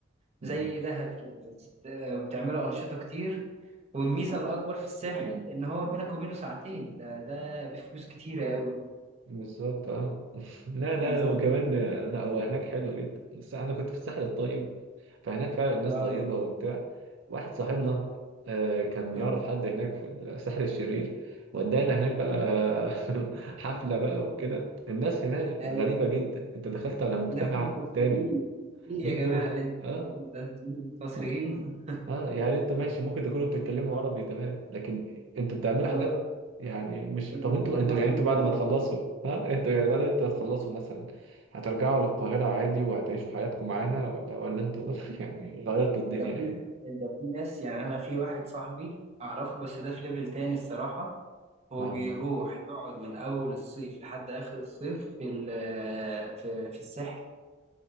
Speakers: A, on the right; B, on the right.
A: مم.
B: زي دهب كده بس آه، وبتعملوا انشطه كتير والميزه الاكبر في الساحل ان هو بينك وبينه ساعتين ده ده بفلوس كتيره قوي
A: بالظبط اه <laughs> لا لا
B: مسافته
A: وكمان
B: قريبة.
A: لا هو هناك حلو جدا بس انا كنت في الساحل الطيب فهناك فعلا الناس
B: اه
A: طيبة وبتاع واحد صاحبنا
B: م.
A: آه، كان
B: آه.
A: يعرف حد هناك في الساحل الشرير ودانا هناك بقى <laughs> حفلة بقى وكده الناس هناك
B: ايوه
A: غريبة جدا انت دخلت على مجتمع
B: ناس مش مصريين
A: تاني
B: ايه يا
A: مين
B: جماعه
A: دول؟
B: اللي انتوا
A: اه
B: بتعملوه ده انتوا أنتوا مصريين <laughs>
A: اه يعني انتوا ماشي ممكن تكونوا بتتكلموا عربي تمام لكن انتوا بتعملوا
B: اه
A: حاجات يعني مش
B: م.
A: طب
B: ما
A: انتوا
B: فيش
A: انتوا
B: مصري
A: يعني انتوا
B: بيعمل
A: بعد ما تخلصوا
B: ده
A: ها انتوا يعني بعد ما انتوا هتخلصوا مثلا هترجعوا للقاهرة عادي وهتعيشوا حياتكم معانا ولا ولا انتوا <laughs> يعني غيرتوا الدنيا
B: آه، ده في
A: هنا
B: ناس ده في ناس يعني انا في واحد صاحبي اعرفه بس ده في ليفل تاني الصراحه هو
A: اه
B: بيروح يقعد من اول الصيف لحد اخر الصيف في ال- في في الساحل